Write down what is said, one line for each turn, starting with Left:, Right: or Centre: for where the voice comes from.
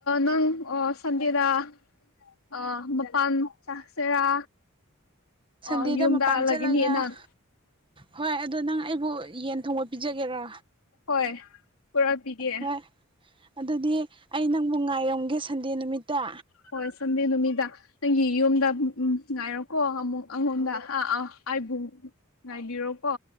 Left: ꯅꯪ ꯁꯟꯗꯦꯗ꯫ ꯑ ꯃꯄꯥꯟ ꯆꯁꯦꯔꯥ
Right: ꯁꯟꯗꯦꯗ
Left: ꯑ ꯌꯨꯝꯗ
Right: ꯃꯄꯥꯟ
Left: ꯍꯜꯂꯒꯅꯤ
Right: ꯆꯠꯂꯒ
Left: ꯅꯪ꯫
Right: ꯍꯣꯏ ꯑꯗꯣ ꯅꯪ ꯑꯩꯕꯨ ꯌꯦꯟ ꯊꯣꯡꯕ ꯄꯤꯖꯒꯦꯔꯥ꯫
Left: ꯍꯣꯏ ꯄꯨꯔꯛꯄꯤꯒꯦ꯫
Right: ꯍꯣꯏ ꯑꯗꯨꯗꯤ ꯑꯩ ꯅꯪꯕꯨ ꯉꯥꯏꯔꯝꯒꯦ ꯁꯟꯗꯦ ꯅꯨꯃꯤꯠꯇ꯫
Left: ꯍꯣꯏ ꯁꯟꯗꯦ ꯅꯨꯃꯤꯇ꯫ ꯅꯪꯒꯤ ꯌꯨꯝꯗ ꯎꯝ ꯉꯥꯏꯔꯣꯀꯣ ꯑꯃꯨꯛ <unintelligible> ꯉꯥꯏꯕꯤꯔꯣꯀꯣ